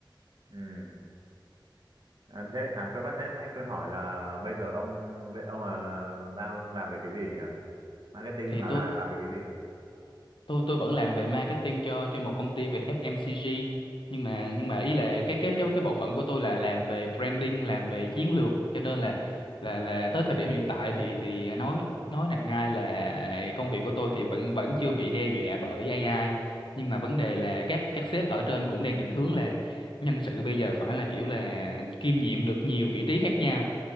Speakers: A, on the right (about 60°); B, on the left (about 75°).
A: ừ. à, thế à quên mất thế lúc nãy quên hỏi là bây giờ ông bây- ông là đang làm về cái gì nhỉ marketing
B: thì
A: mà
B: tôi
A: là làm về cái gì
B: tôi tôi vẫn làm về marketing cho cho một công ty về FMCG nhưng mà nhưng mà ý là cái cái cái cái bộ phận của tôi là làm về branding làm về chiến lược cho nên là là là tới thời điểm hiện tại thì thì nói nói nào ngay là công việc của tôi thì vẫn vẫn chưa bị đe dọa bởi AI nhưng mà vấn đề là các các sếp ở trên cũng đang định hướng là nhân sự bây giờ phải là kiểu là kiêm nhiệm được nhiều vị trí khác nhau